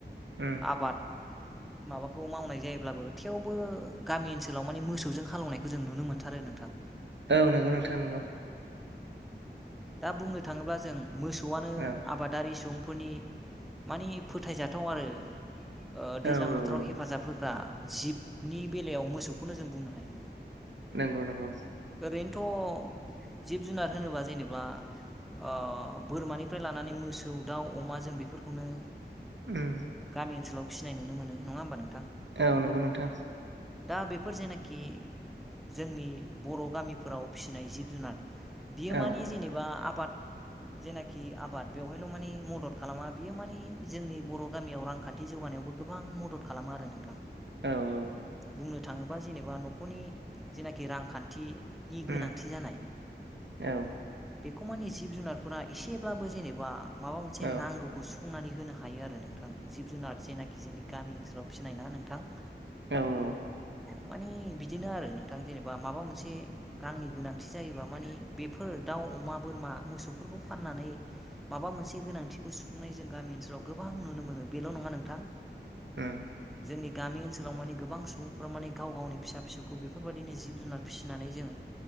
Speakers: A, on the right (about 80°); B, in the centre.
A: उम
B: आबाद। माबाखौ मावनाय जायोब्लाबो थेवबो गामि ओनसोलाव मानि मोसौजों हालौनायखौ जों नुनो मोनथारो नोंथां।
A: औ नंगौ नोंथां नंगौ।
B: दा बुंनो थाङोब्ला जों मोसौआनो
A: औ
B: आब बादारि सुबुंफोरनि मानि फोथायजाथाव आरो ओ दैज्लां
A: औ औ
B: बोथोराव
A: औ
B: हेब हेफाजाब होग्रा जिबनि बेलायाव मोसौखौनो जों बुंनो हायो।
A: नोंगौ नोंगौ।
B: ओरैनोथ' जिब जुनार होनोब्ला जेने बा ओ बोरमानिफ्राय लानानै मोसौ दाउ अमा जों बेफोरखौनो।
A: उम।
B: गामि ओनसोलाव फिनाय नुनो मोनो नङा होमबा नोंथां?
A: औ नंगौ नोंथां।
B: दा बेफोर जेनाखि। जोंनि बर' गामिफोराव फिसिनाय जिब जुनार बियो मानि
A: औ
B: जेनेबा आबाद। जेनाखि आबाद बेवहायल' मानि मदद खालामा बियो मान जोंनि बर' गामियाव रांखान्थि जौगानायावबो। गोबां मदद खालामो आरो नोंथां
A: औ औ
B: बुंनो थाङोबा जेनेबा न'खरनि जेनाखि रांखान्थिनि
A: औ
B: गोनांथि जानाय।
A: औ।
B: बेखौ मानि जिब जुनारफोरा एसेब्लाबो जेनेबा माबा मोनसे
A: औ
B: नांगौ। खौ सुफुंनानै होनो हायो आरो नोंथां जिब जुनार जेनाखि जोंनि गामि ओनसोलाव फिनायना नोंथां।
A: औ औ।
B: मानि बिदिनो आरो नोंथां जेनेबा माबा मोनसे रांनि गोनांथि जायोबा मानि बे फोर दाउ अमा बोरमा मोसौफोरखौ फाननानै माबा मोनसे गोनांथि बेखौ सुफुंनाय जों गामि ओनसोलाव गोबां नुनो मोनो बेल' नङा नोंथां
A: उम
B: जोंनि गामि ओनसोलाव माने गोबां सुबुंफोरा माने गाव गावनि फिसा फिसौखौ बेफोरबायदिनो जिब जुनार फिसिनानै जों